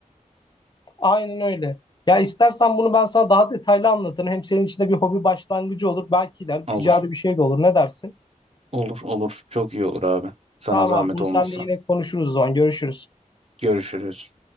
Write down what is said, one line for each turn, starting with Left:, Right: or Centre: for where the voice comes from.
Left: Aynen öyle. Ya istersen bunu ben sana daha detaylı anlatırım. Hem senin için de bir hobi başlangıcı olur. Belki ileride
Right: Olur.
Left: ticari bir şey de olur. Ne dersin?
Right: Olur olur. Çok iyi olur abi. Sana
Left: Tamam
Right: zahmet
Left: abi bunu
Right: olmazsa.
Left: seninle yine konuşuruz o zaman. Görüşürüz.
Right: Görüşürüz.